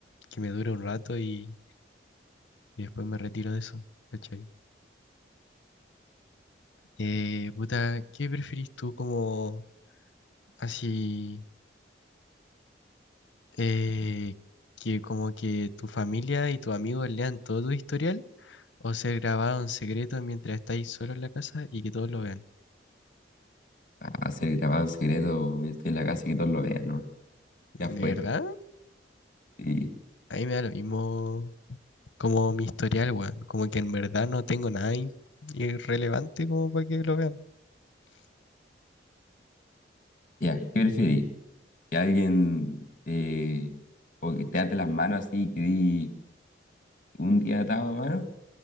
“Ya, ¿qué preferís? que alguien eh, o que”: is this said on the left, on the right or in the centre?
Left